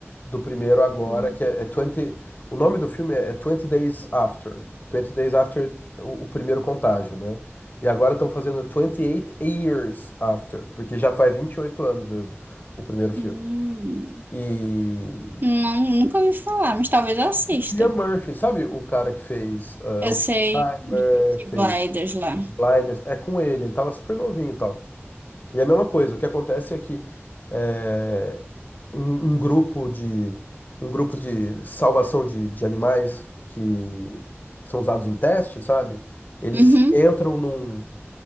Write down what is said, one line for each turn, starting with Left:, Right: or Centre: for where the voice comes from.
Left: do primeiro agora,
Right: uhum.
Left: que é, é 20. O nome do filme é, é 20 Days After. 20 Days After o, o primeiro contágio, né? E agora estão fazendo 28 Years After, porque já faz 28 anos mesmo o primeiro filme.
Right: Hum.
Left: E.
Right: Não, nunca ouvi falar, mas talvez eu assista.
Left: Cillian Murphy, sabe o cara que fez uh,
Right: Eu sei
Left: Primer,
Right: do Peaky
Left: fez
Right: Blinders lá.
Left: Peaky Blinders? É com ele, ele tava super novinho e tal. E é a mesma coisa, o que acontece é que. eh, um, um grupo de um grupo de salvação de, de animais que são usados em teste, sabe? Eles
Right: Uhum,
Left: entram num,